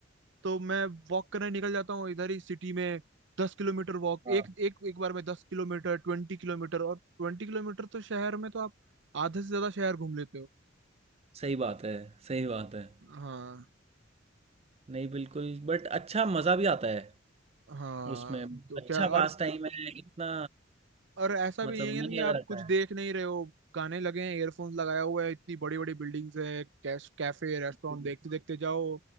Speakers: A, on the right (about 65°); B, on the right (about 30°).
A: तो मैं वॉक करने निकल जाता हूँ इधर ही सिटी में दस किलोमीटर वॉक
B: हाँ
A: एक एक एक बार में दस किलोमीटर ट्वेंटी किलोमीटर और ट्वेंटी किलोमीटर तो शहर में तो आप आधे से ज्यादा शहर घूम लेते हो
B: सही बात है सही बात है
A: हाँ
B: नहीं बिल्कुल बट अच्छा मज़ा भी आता है
A: हाँ
B: उसमें अच्छा
A: तो क्या और
B: पास टाइम है इतना
A: और ऐसा
B: मतलब
A: भी नहीं
B: मन
A: है कि
B: लगा
A: आप
B: रहता
A: कुछ देख
B: है
A: नहीं रहे हो गाने लगे हैं ईयरफोन्स लगाया हुआ है इतनी बड़ी बड़ी बिल्डिंग्स है कैश कैफे रेस्टोरेंट
B: बिल्कुल।
A: देखते देखते जाओ